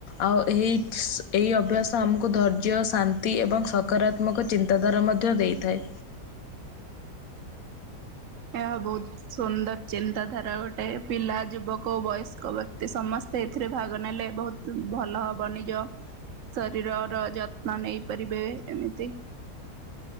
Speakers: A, on the left; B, on the right.
A: ଆଉ ଏହି ଏଇ ଅଭ୍ୟାସ ଆମୁକୁ ଧୈର୍ଯ୍ୟ ଶାନ୍ତି ଏବଂ ସ କରାତ୍ମକ ଚିନ୍ତାଧାରା ମଧ୍ୟ ଦେଇଥାଏ।
B: ଏହା ବୋହୁତ ସୁନ୍ଦର ଚିନ୍ତାଧାରା ଗୋଟେ ପିଲା ଯୁବକ ଓ ବୟସ୍କ ବ୍ୟକ୍ତି ସମସ୍ତେ ଏଥିରେ ଭାଗ ନେଲେ ବୋହୁତ ଭଲ ହବ ନିଜ ଶରୀରର ଯତ୍ନ ନେଇପାରିବେ ଏମିତି